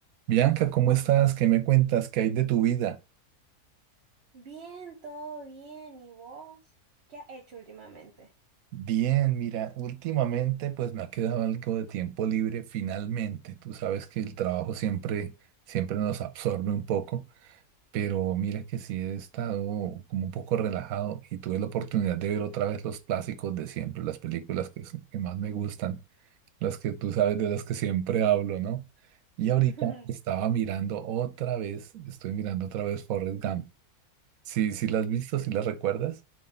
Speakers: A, on the right (about 70°); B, on the right (about 50°).
A: Bianca, ¿cómo estás? ¿Qué me cuentas? ¿Qué hay de tu vida?
B: Bien, todo bien. ¿Y vos? ¿Qué has hecho últimamente?
A: Bien, mira, últimamente pues me ha quedado algo de tiempo libre finalmente. Tú sabes que el trabajo siempre, siempre nos absorbe un poco, pero mira que sí he estado como un poco relajado y tuve la oportunidad de ver otra vez los clásicos de siempre, las películas que, s- que más me gustan, las que tú sabes de las que siempre hablo, ¿no? Y ahorita
B: <laughs>
A: estaba mirando otra vez, estoy mirando otra vez Forrest Gump. Sí, sí las has visto, sí las recuerdas.